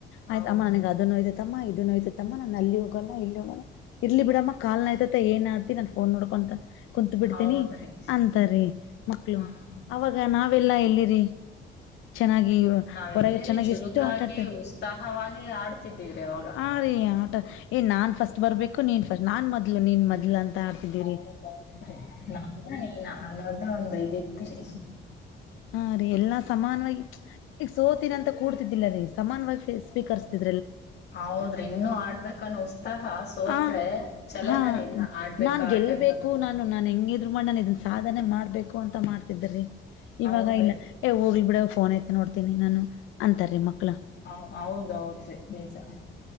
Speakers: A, on the left; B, on the left.
A: ಆಯ್ತ್
B: ಹೌದ್ರಿ
A: ಅಮ್ಮ ನಂಗ್ ಅದುನು ಇದೆ. ಆಯ್ತಮ್ಮ ಇದು ನೋಯ್ತತಮ್ಮ ನಾನ್ ಅಲ್ಲಿ ಹೋಗೋಲ್ಲ ಇಲ್ಲಿ ಹೋಗಲ್ಲ, ಇರ್ಲಿ ಬಿಡಮ್ಮ, ಕಾಲ್ ನೋಯ್ತೈತ್ ಏನ್ ಆಡ್ತಿ ನಾನ್ ಫೋನ್ ನೋಡ್ಕೊಂತ ಕುಂತ್ ಬಿಡ್ತೀನಿ
B: ಹೌದ್ರಿ
A: ಅಂತಾರೀ ಮಕ್ಳು
B: ಹ್ಮ್
A: ಅವಾಗ ನಾವೆಲ್ಲಾ ಎಲ್ಲಿರಿ <inaudible> ಚೆನ್ನಾಗಿ
B: ನಾವೆಲ್ಲಿರಿ
A: ಹೊರಗೆ ಚೆನ್ನಾಗಿ
B: ಚುರುಕಾಗಿ
A: ಎಷ್ಟು ಆಟಾಡ್ತ
B: ಉತ್ಸಾಹವಾಗಿ ಆಡ್ತಿದ್ದೀವ್ರಿ ಅವಾಗ
A: ಹಾಂ ರೀ ಆಟ, ಏ ನಾನ್ ಫಸ್ಟ್ ಬರ್ಬೇಕು ನೀನ್ ಫಸ್ಟ್ ನಾನ್ ಮೊದ್ಲು ನೀನ್ ಮೊದಲು ಅಂತ ಆಡ್ತಿದ್ದೀವ್ರಿ
B: ಹೌದೌದ್ ರೀ ನಾನು ಈ ನಾನ್ ಹೋದ್ರು ಒಂದ್ ಇದ್ ಇತ್ ರೀ
A: ಹಾಂ ರೀ ಎಲ್ಲಾ ಸಮಾನವಾಗಿ ಸೋತಿನ್ ಅಂತ ಕೂಡ್ತಿದ್ದಿಲ್ಲ ರೀ ಸಮಾನವಾಗ್ ಫೇಸ್ ಸ್ವೀಕರಿಸುತ್ತಿದ್
B: ಹೌದ್ರಿ ಇನ್ನು ಆಡ್ಬೇಕನ್ನ ಉತ್ಸಾಹ ಸೋತ್ರೆ
A: ಆ
B: ಚಲೋನ
A: ಹಾ
B: ರೀ ಇನ್ನ ಆಡ್ಬೇಕ
A: ನಾನ್
B: ಆಡ್ಬೇಕ
A: ಗೆಲ್ಬೇಕು
B: ಅನ್ನೋದು.
A: ನಾನು ನಾನ್ ಹೆಂಗಿದ್ರು ಮಾಡ್ ನಾನ್ ಇದನ್ ಸಾಧನೆ ಮಾಡ್ಬೇಕು ಅಂತ ಮಾಡ್ತಿದ್ದೆ ರೀ ಇವಾಗ
B: ಹೌದ್ರಿ
A: ಇಲ್ಲ ಏ ಹೋಗ್ಲಿ ಬಿಡು ಫೋನ್ ಐತೆ ನೋಡ್ತೀನಿ ನಾನು ಅಂತಾರ್ರಿ ಮಕ್
B: ಹಾಂ ಹೌದೌದ್ರಿ ನಿಜ.